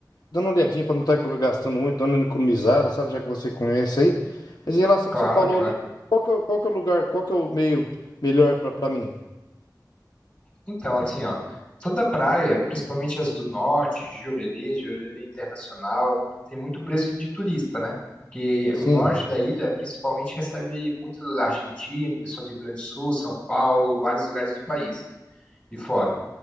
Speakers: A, on the left; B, on the left.
A: dando uma olhadinha para não estar gastando muito, dando uma economizada, sabe? Já que você conhece aí. Mas em relação
B: Claro,
A: ao que você falou
B: claro.
A: ali, qual que é, o- qual que é o lugar, qual que é o meio melhor para para mim?
B: Então, assim, ó, toda praia, principalmente as do norte, Jurerê, Jurerê Internacional, tem muito preço de turista, né? Porque
A: Sim,
B: o norte da ilha, principalmente, recebe muito argentino, pessoal do Rio Grande do Sul, São Paulo, vários lugares do país e fora.